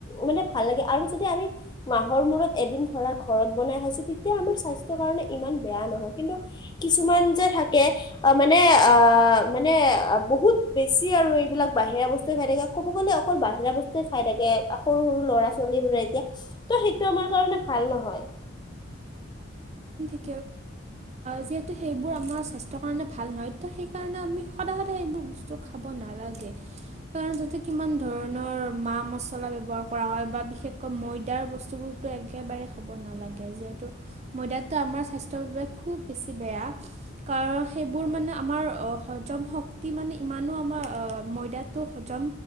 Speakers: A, on the left; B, on the right.
A: মানে ভাল লাগে, আৰু যদি আমি মাহৰ মূৰত এদিন ধৰা ঘৰত বনাই খাইছো, তেতিয়া আমাৰ স্বাস্থ্যৰ কাৰণে ইমান বেয়া নহয়, কিন্তু কিছুমান যে থাকে মানে আহ মানে আহ, বহুত বেছি আৰু এইবিলাক বাহিৰা বস্তুয়ে খাই থাকে ক'ব গ'লে অকল বাহিৰা বস্তুয়ে খাই থাকে। সৰু সৰু ল'ৰা ছোৱালী বোৰে এতিয়া ত সেইটো আমাৰ কাৰণে ভাল নহয়। <inaudible>
B: িয়া যিহেতু সেইবোৰ আমাৰ স্বাস্থ্ৰ কাৰণে ভাল নহয় ত', সেইকাৰণে আমি সদায়, সদায় সেইবোৰ বস্তু খাব নালাগে, কাৰণ তাতে কিমান ধৰণৰ মা মছলা ব্য্ৱহাৰ কৰা হয়। বা বিশেষকৈ ময়দাৰ বস্তুবোৰতো একেবাৰে খাব নালাগে, যিহেতু ময়দাতটো আমাৰ স্বাস্থ্্যৰ বাবে খুব বেছি বেয়া, কাৰণ সেইবোৰ মানে আমাৰ হজম শক্তি মানে ইমানো আমাৰ ময়দাটো হজম,